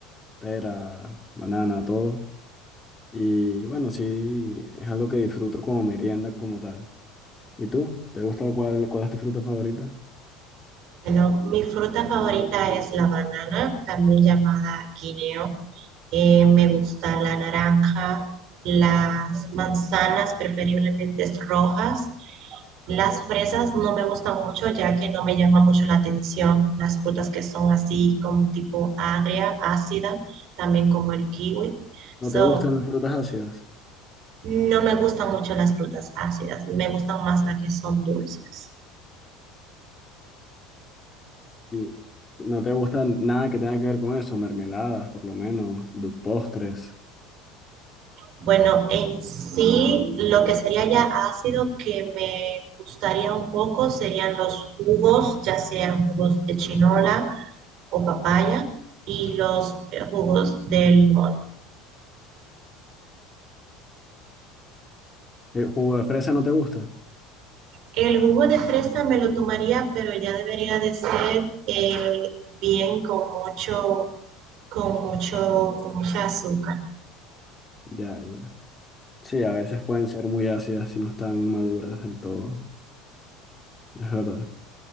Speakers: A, on the left; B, on the right.
A: pera, banana, todo. Y bueno, sí, es algo que disfruto como merienda como tal. ¿Y tú? ¿Te gusta cuál, cuál es tu fruta favorita?
B: Bueno, mi fruta favorita es la banana, también llamada guineo. eh, me gusta la naranja, las manzanas preferiblemente rojas. Las fresas no me gustan mucho ya que no me llama mucho la atención. Las frutas que son así como tipo agria, ácida, también como el kiwi. So,
A: ¿No te gustan las frutas ácidas?
B: no me gustan mucho las frutas ácidas, me gustan más las que son dulces.
A: ¿Y no te gustan nada que tenga que ver con eso? Mermeladas, por lo menos, du- postres.
B: Bueno, en sí, lo que sería ya ácido que me gustaría un poco serían los jugos, ya sean jugos de chinola, o papaya y los eh, jugos de limón.
A: Eh, ¿Jugo de fresa no te gusta?
B: El jugo de fresa me lo tomaría, pero ya debería de ser eh, bien con mucho, con mucho, con mucha azúcar.
A: Ya, ya. Sí, a veces pueden ser muy ácidas si no están maduras del todo. Es verdad.